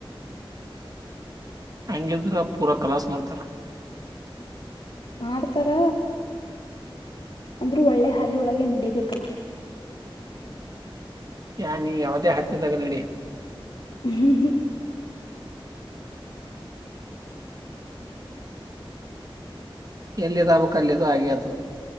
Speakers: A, on the right; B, on the left.
A: ಹಂಗಿದ್ರ ಪೂರಾ ಕಲಾಸ್ ಮಾಡ್ತಾರ
B: ಮಾಡ್ತಾರ ಅಂದ್ರರು ಒಳ್ಳೆ ಹಾದಿಯೋಳಗೆ ನಡೀಬೇಕಲ್ಲ
A: ಯಾ ನೀ ಯಾವುದೇ ಹಟ್ದಾಗ ನಡಿ
B: ಹ್ಮ ಹ್ಮ
A: ಎಲ್ಲಿದ್ ಆಗ್ಬೇಕ್ ಅಲ್ಲಿದು ಅಗೆ ಆಗ್ತದ್